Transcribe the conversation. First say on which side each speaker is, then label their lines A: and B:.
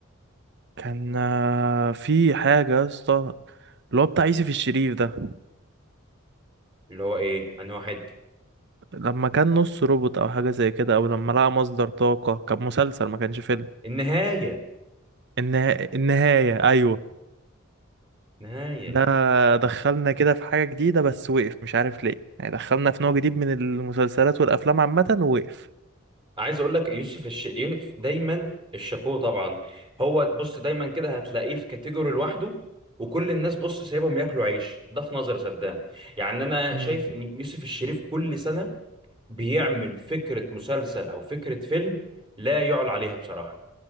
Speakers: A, on the right; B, on the right.
A: كان آه، في حاجة يا اسطى اللي هو بتاع يوسف الشريف ده
B: اللي هو ايه انا واحد
A: لما كان نص روبوت او حاجه زي كده او لما لقى مصدر طاقه كان مسلسل ما كانش فيلم
B: النهايه
A: النها... النهايه ايوه
B: نهايه
A: ده دخلنا كده في حاجه جديده بس وقف مش عارف ليه يعني دخلنا في نوع جديد من المسلسلات والافلام عامه ووقف
B: عايز اقول لك يوسف الشريف دايما الشابوه طبعا هو بص دايما كده هتلاقيه في كاتيجوري لوحده وكل الناس بص سايبهم ياكلوا عيش ده في نظري صدقني يعني انا
A: مم.
B: شايف ان يوسف الشريف كل سنه بيعمل فكره مسلسل او فكره فيلم لا يعلى عليها بصراحه